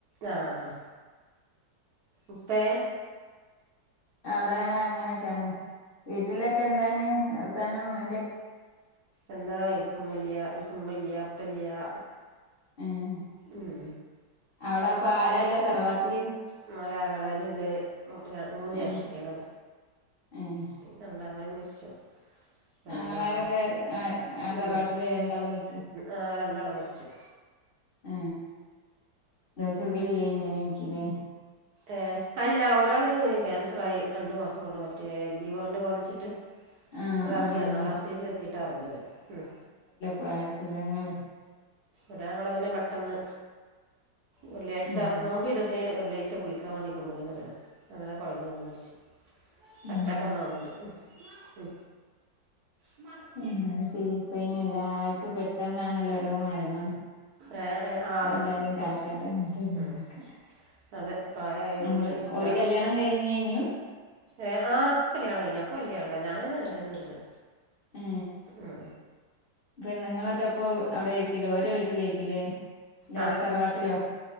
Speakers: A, on the right; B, on the left.
A: ആ ആ ഉപ്പേ
B: അവിടെ അങ്ങനെയൊക്കെയാണ്. വീട്ടിലൊക്കെ എന്താണ് വർത്താനം ഉമ്മേ
A: എന്താ എനക്ക് ഉമ്മ ഇല്ല്യാ എനക്ക് ഉമ്മ ഇല്ല്യാ ഉപ്പ ഇല്ല്യാ.
B: ഏഹ്
A: ഉം
B: അവിടെ അപ്പൊ ആരൊള്ളേ തറവാട്ടില്
A: ഉമ്മാരുടെ ആങ്ങളാരുണ്ട് മൂ മൂന്ന് ജ്യേഷ്ഠത്തികള്
B: ഏഹ് ഏഹ്
A: രണ്ടാങ്ങളേം മരിച്ചു. രണ്ടാളൊള്ളു
B: ആങ്ങളാരൊക്കെ ആ ആ
A: ഉം
B: തറവാട്ടില് രണ്ടാളും നിക്ക്
A: ആ രണ്ടാള് മരിച്ചു.
B: ആ സുഖോല്യ ഇങ്ങനെ ഇരിക്കണ്.
A: ഏ അല്ല ഒരാള് ക്യാൻസറായി രണ്ടു മാസം കൊണ്ട് മറ്റേ ലിവറിനു ബാധിച്ചിട്ട്.
B: ആഹ്
A: അതറിഞ്ഞില്ല
B: ആഹ്
A: നാലാം സ്റ്റേജിൽ എത്തിയിട്ടാ അറിഞ്ഞത് ഉം
B: വായ സുഖങ്ങള്
A: ഒരാങ്ങള പിന്നെ പെട്ടെന്ന് വെള്ളിയാഴ്ച
B: ആഹ്
A: നോമ്പ് ഇരുപത്തേഴിന് വെള്ളിയാഴ്ച കുളി ക്കാൻ വേണ്ടി കുളിമുറീ കേറിയതാ അങ്ങനെ കുഴഞ്ഞ് വീണ് മരിച്ചു.
B: ഉം
A: അറ്റാക്ക് വന്ന തോന്നണ്ട് ഉ മ്മട്
B: എന്താ ചെയ്യേപ്പ അയ്നി എല്ലാർക്കും പെട്ടെന്നാണല്ലോ ഒരോ മരണം.
A: ഏ ഏ ആ അതെ
B: എല്ലാരെയും കാക്കട്ടെ
A: ഉം ഉം
B: ഇങ്ങനത്തൊക്കെ
A: ഉം അതെ പ്രായമായവരിങ്ങനെ
B: നമ്മള്
A: ഇരിക്കുക
B: ഒരു കല്യാണം കഴിഞ്ഞേനു
A: ഏ ആ കല്യാണം കഴിഞ്ഞു ഒക്ക വല്യാൾക്ക ഞാനാണ് ഏറ്റേം ചെറുത്.
B: ഏ
A: ഉം
B: പെണ്ണുങ്ങളൊക്കെ ഇപ്പോ അവിടെയായിരിക്കൂലേ ഓരോ വീട്ടിലായിരിക്കൂലേ. ഇല്ല ഇവിടെ
A: അ
B: തറവാട്ടിലോ